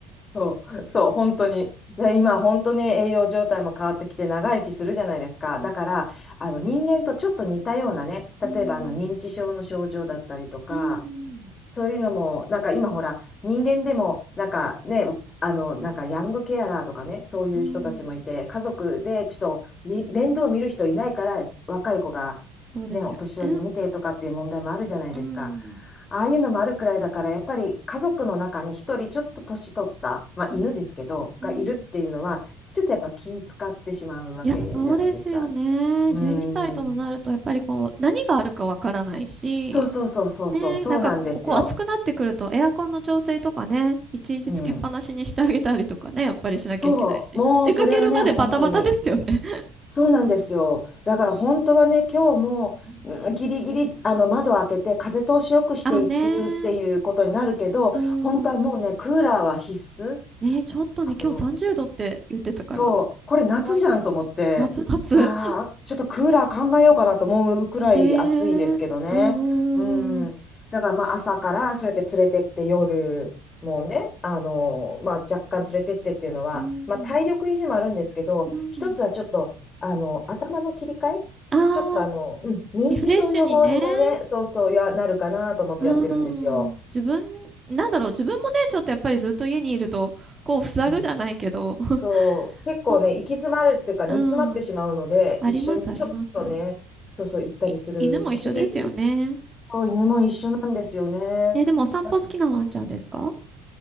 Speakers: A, on the left; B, on the right.
A: そう、そう、本当に。で、今、本当に栄養状態も変わってきて長生きするじゃないですか。
B: うん
A: だから、あの人間とちょっと似たようなね、
B: うん
A: 例えばあの認知症の症状だったりとか、
B: うん
A: そういうのも、なんか今ほら、人間でも、なんかね、あの、なんかヤングケアラーとかね、そういう人たちもいて、
B: うん
A: 家族でちょっとみ面倒を見る人いないから、若い子が
B: そうですよね。
A: ね、お年寄り見てとかっていう問題もあるじゃないですか。
B: うん
A: ああいうのもあるくらいだから、やっぱり家族の中に一人ちょっと年取った、まあ犬ですけど、
B: うん、うん
A: がいるっていうのは、ちょっとやっぱ気使ってしまうわけじゃないですか。
B: いや、そうですよね。
A: うーん。
B: 12歳ともなると、やっぱりこう、何があるかわからないし、
A: そうそうそうそうそう、
B: ね、
A: そうなんですよ。
B: なんかこう、こう暑くなってくると、エアコンの調整とかね、一日つけっぱなしにしてあげたりとかね、
A: うん。
B: やっぱりしなきゃいけないし、
A: そう、もうそれはね、
B: 出かけるまでバタバタですよね。
A: 本当に。そうなんですよ。だから本当はね、今日もうんギリギリあの窓を開けて風通しよくしていくっていうことになるけど、
B: うんあ、ねー、うん。
A: 本当はもうね、クーラーは必須。
B: ね、ちょっとね、
A: あの
B: 今日30度って言ってたから、
A: そう、
B: ちょっと怖いかも。
A: これ夏じゃんと思って、
B: 夏、夏。
A: いやーちょっとクーラー考えようかなと思うくらい暑いですけどね。
B: ねえ、うう
A: うん。
B: ん、
A: だからまあ朝からそうやって連れてって夜、もうね、あのーまあ若干連れてってっていうのは、
B: うん、
A: まあ体力維持もあるんですけど、
B: うん。
A: 一つはちょっと、
B: うん
A: あの、頭の切り替えちょっとあの、
B: あ
A: うん、認知症予防にもね、
B: リフレッシュにね。
A: そうそうや、なるかなと思ってやってるんですよ。
B: うん。自分、なんだろう、自分もね、ちょっとやっぱりずっと家にいると、こう、塞ぐじゃないけど、
A: うん。
B: <laughs>
A: そう、結構ね、
B: ちょっと、
A: 行き詰まるっていうか、煮詰まってしまうので、
B: うん。あります、
A: 一緒にちょっとね、
B: あります。
A: そうそう、行ったりするし、
B: い、犬も一緒ですよね。
A: そう犬も一緒なんですよね。
B: え、でもお散歩好きなワンちゃんですか
A: だ